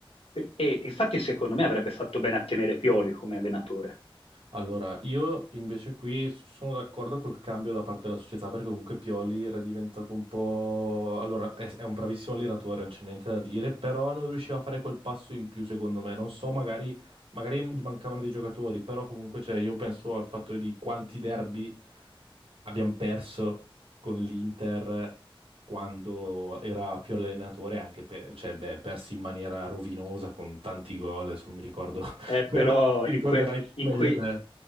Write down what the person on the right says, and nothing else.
Allora, io invece qui s- sono d'accordo col cambio da parte della società perché comunque Pioli era diventato un po'... Allora, è, è un bravissimo allenatore, non c'è niente da dire, però non riusciva a fare quel passo in più secondo me. Non so, magari, magari gli mancavano dei giocatori, però comunque cioè, io penso al fatto di quanti derby abbiamo perso con l'Inter quando era Pioli allenatore, anche per, cioè, de- persi in maniera rovinosa con tanti gol, se non mi ricordo <laughs>
però
ti
ricorderai
meglio
te.